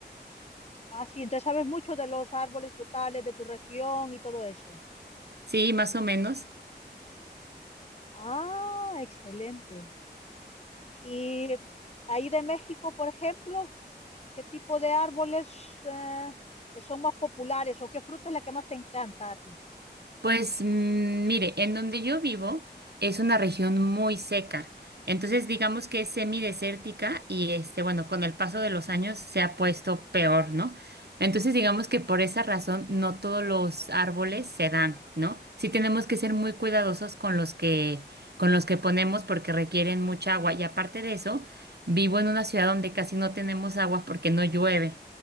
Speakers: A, on the left; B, on the right.
A: Ah, sí, entonces sabes mucho de los árboles frutales de tu región y todo eso.
B: Sí, más o menos.
A: Ah, excelente. Y ahí de México, por ejemplo, ¿qué tipo de árboles eh, son más populares o qué fruta es la que más te encanta a ti?
B: Pues mm, mire, en donde yo vivo es una región muy seca, entonces digamos que es semidesértica y este, bueno, con el paso de los años se ha puesto peor, ¿no? Entonces digamos que por esa razón no todos los árboles se dan, ¿no? Sí tenemos que ser muy cuidadosos con los que con los que ponemos porque requieren mucha agua y aparte de eso, vivo en una ciudad donde casi no tenemos agua porque no llueve.